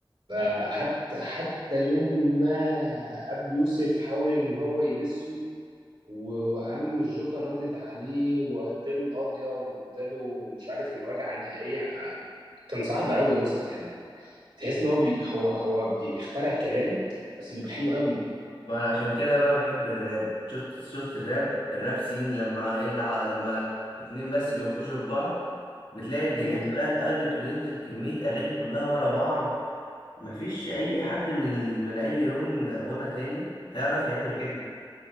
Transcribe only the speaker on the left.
رهيب
ما انا عشان كده بقى بحب الراب شفت شفت الراب الراب سين لما ايه اللي ع- لما اتنين بس بينكشوا في بعض بتلاقي الدنيا
كلها اتقلبت وينزل كمية اغاني كلها ورا بعض مفيش اي حد من ال... من اي لون غنى تاني هيعرف يعمل كده